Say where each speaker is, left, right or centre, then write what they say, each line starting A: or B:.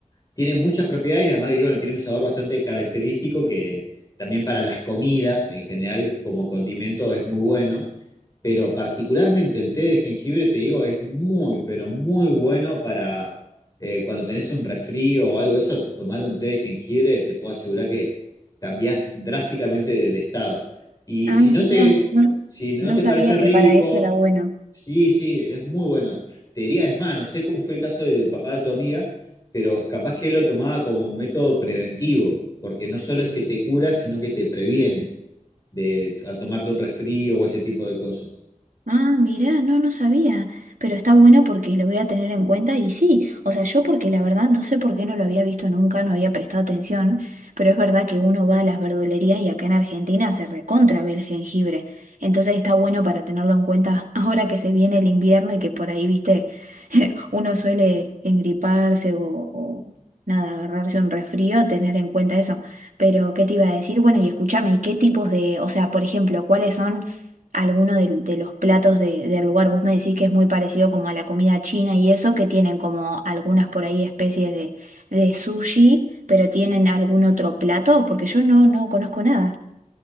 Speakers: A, on the left; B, on the right.
A: tiene muchas propiedades y además que, bueno, tiene un sabor bastante característico que también para las comidas en general como condimento es muy bueno. Pero particularmente el té de jengibre, te digo, es muy, pero muy bueno para eh, cuando tenés un resfrío o algo de eso, tomar un té de jengibre, te puedo asegurar que cambiás drásticamente de, de estado. Y
B: Ah,
A: si
B: mirá,
A: no te,
B: no,
A: si no
B: no
A: te
B: sabía
A: parece rico,
B: que para eso era bueno.
A: sí, sí, es muy bueno. Te diría, es más, no sé cómo fue el caso del papá de tu amiga, pero capaz que él lo tomaba como un método preventivo, porque no solo es que te cura, sino que te previene de a tomarte un resfrío o ese tipo de cosas.
B: Ah, mirá, no, no sabía, pero está bueno porque lo voy a tener en cuenta y sí, o sea, yo porque la verdad no sé por qué no lo había visto nunca, no había prestado atención, pero es verdad que uno va a las verdulerías y acá en Argentina se recontra ve el jengibre, entonces está bueno para tenerlo en cuenta <laughs> ahora que se viene el invierno y que por ahí, viste, uno suele engriparse o, o, nada, agarrarse un resfrío, tener en cuenta eso. Pero, ¿qué te iba a decir? Bueno, y escúchame, ¿y qué tipos de, o sea, por ejemplo, cuáles son algunos de, de los platos de- del lugar? Vos me decís que es muy parecido como a la comida china y eso, que tienen como algunas por ahí especies de, de sushi, pero tienen algún otro plato, porque yo no, no conozco nada.